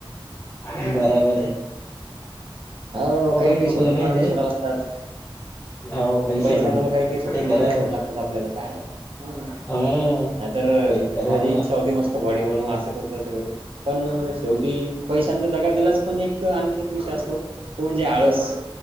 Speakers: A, on the left; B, on the right.
A: आणि आत बराबर आहे.
B: हो
A: दोघही
B: काही काही
A: चुकलं
B: स्वप्न मांग
A: नाही ते
B: सोडाव लागतात.
A: हो पैशामुळे
B: पैशामुळ काय काय स्वप्न
A: ते
B: मांग
A: खरं आहे
B: सोडा लागतात आपल्याला काय हम्म.
A: हम्म
B: नाही तर
A: हे खरं
B: माझी
A: आहे बरं
B: इच्छा होती मस् त बॉडी बनू मग असं करू तसं करू पण शेवटी पैशान तर दगा दिलाच पण एक त आणखी एक विषय असतो तो म्हणजे आळस